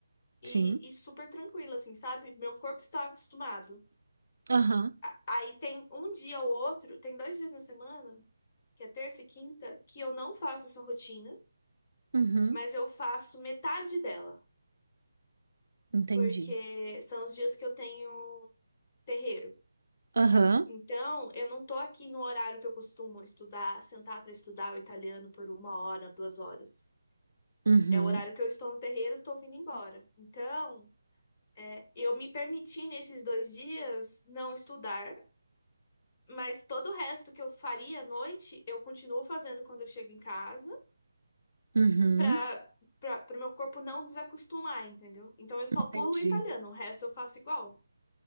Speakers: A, on the left (about 30°); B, on the right (about 80°).
A: e,
B: Sim.
A: e super tranquila, assim, sabe? Meu corpo está acostumado.
B: Aham.
A: A- Aí tem um dia ou outro, tem dois dias na semana, que é terça e quinta, que eu não faço essa rotina,
B: Uhum.
A: mas eu faço metade dela,
B: Entendi.
A: porque são os dias que eu tenho terreiro.
B: Aham.
A: Então, eu não tô aqui no horário que eu costumo estudar, sentar para estudar o italiano por uma hora, duas horas.
B: Uhum.
A: É o horário que eu estou no terreiro, estou vindo embora. Então, é, eu me permiti nesses dois dias não estudar Mas todo o resto que eu faria à noite, eu continuo fazendo quando eu chego em casa,
B: Uhum.
A: pra, pra, pro meu corpo não desacostumar, entendeu? Então eu só
B: Entendi.
A: pulo o italiano, o resto eu faço igual.